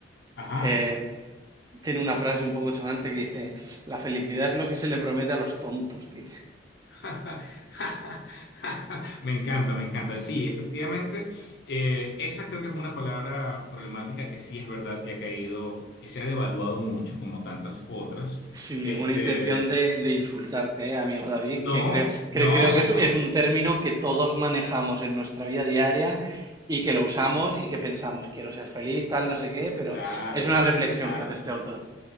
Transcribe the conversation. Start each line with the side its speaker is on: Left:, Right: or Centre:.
Left: Ajá.
Right: que tiene una frase un poco chocante que dice, la felicidad es lo que se le promete a los tontos, dice.
Left: <laughs> Me encanta, me encanta. Sí, efectivamente, eh, esa creo que es una palabra problemática que sí es verdad que ha caído, que se ha devaluado mucho, como tantas otras.
Right: Sin ninguna
Left: Este,
Right: intención de, de insultarte, eh, amigo David,
Left: no,
Right: que creo,
Left: no,
Right: cre- creo que
Left: no.
Right: es, es un término que todos manejamos en nuestra vida diaria y que lo usamos y que pensamos, quiero ser feliz, tal, no sé qué, pero
Left: Claro,
Right: es una reflexión
Left: claro.
Right: que hace este autor.